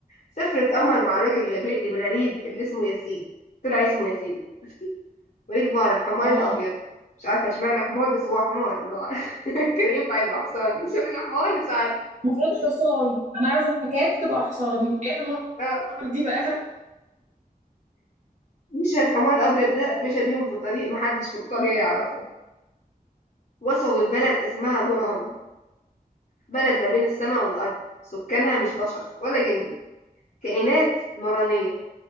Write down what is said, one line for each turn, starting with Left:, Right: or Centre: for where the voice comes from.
Left: سافرت قمر مع الراجل الغبي- الغريب اللي اسمه ياسين طلع اسمه ياسين شفتي وركبوا على الحمار
Right: اه
Left: الابيض مش عارفه اشمعنى حمار بس هو حمار الله أعلم. <laughs> كان ينفع يبقى حصان اشمعنى حمار مش عارفه
Right: المفروض حصان انا اعرف الحكايات تبقى حصان ايه حمار
Left: آه.
Right: دي بقى
Left: مشى الحمار الابيض ده مشى بيهم في طريق محدش في القريه يعرفه وصلوا لبلد اسمها نوران بلد ما بين السماء والأرض سكانها مش بشر ولا جن كائنات نورانية